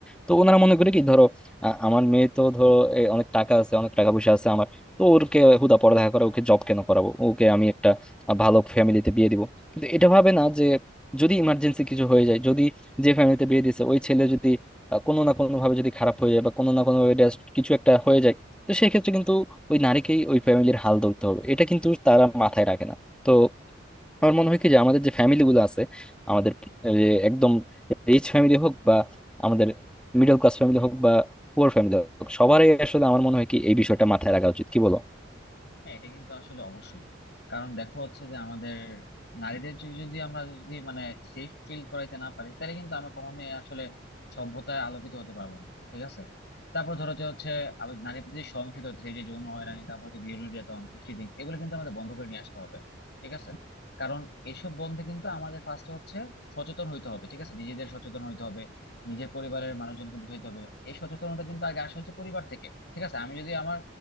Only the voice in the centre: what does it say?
তো ওনারা মনে করে কি ধরো আ- আমার মেয়ে তো ধরো এ, অনেক টাকা আছে অনেক টাকা পয়সা আছে আমার তো ওরকে হুদা পড়ালেখা করে ওকে জব কেন করাবো ওকে আমি একটা আ, ভালো ফ্যামিলিতে বিয়ে দিব কিন্তু এটা ভাবে না যে যদি ইমার্জেন্সি কিছু হয়ে যায় যদি যে ফ্যামিলিতে বিয়ে দিছে ওই ছেলে যদি আ, কোনো না কোনো ভাবে যদি খারাপ হয়ে যায় বা কোনো না কোনো ভাবে কিছু একটা হয়ে যায় তো সেই ক্ষেত্রে কিন্তু ওই নারীকেই ওই ফ্যামিলির হাল ধরতে হবে এটা কিন্তু তারা মাথায় রাখে না তো আমার মনে হয় কি যে আমাদের যে ফ্যামিলি গুলো আছে আমাদের যে একদম রিচ ফ্যামিলি হোক বা আমাদের মিডল ক্লাস ফ্যামিলি হোক বা পুয়ার ফ্যামিলি হোক সবারই আসলে আমার মনে হয় কি এই বিষয়টা মাথায় রাখা উচিত কি বলো